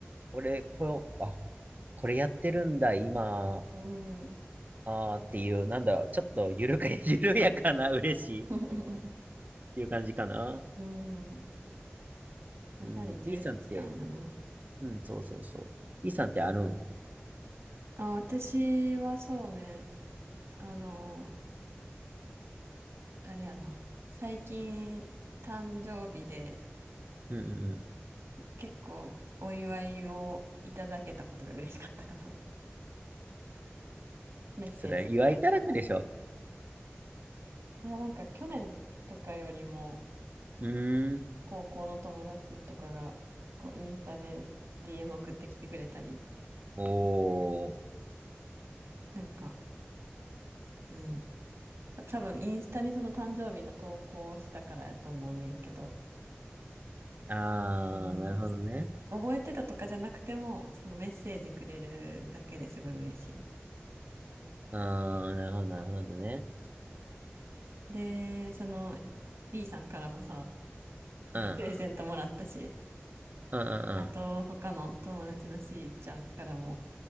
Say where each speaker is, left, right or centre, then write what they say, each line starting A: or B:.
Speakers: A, on the right; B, on the right.
A: 俺、こう、あ、これやってるんだ、今、
B: うん。
A: あーっていう、なんだろう、ちょっと、ゆるか、<laughs> 緩やかな嬉しいっ
B: <laughs> うん。
A: ていう感じかな。
B: <laughs> まさに充実感やな。
A: うん。B さんって、うん、そうそうそう。B さんってあるん。
B: あ、私はそうね、あの、あれやな。最近、誕生日で
A: うんうんうん。
B: 結構お祝いをいただけたことが嬉しかったかな。<laughs> メッセージとか。
A: それ、祝いただくでしょ。
B: いや、なんか去年とかよりも、
A: うーん。
B: 高校の友達とかが、こう、インスタで DM 送ってきてくれたり、
A: おー。
B: なんか、うん。多分インスタにその誕生日の投稿をしたからやと思うねんけど、
A: あ
B: あの、
A: ー、なるほどね。
B: 覚えてたとかじゃなくても、そのメッセージくれるだけですごい嬉しいの。
A: あー、なるほど、なるほどね。
B: で、その B さんからもさ、<laughs>
A: うん。
B: プレゼントもらったし、
A: うんうんうん。
B: あと他の友達の C ちゃんからも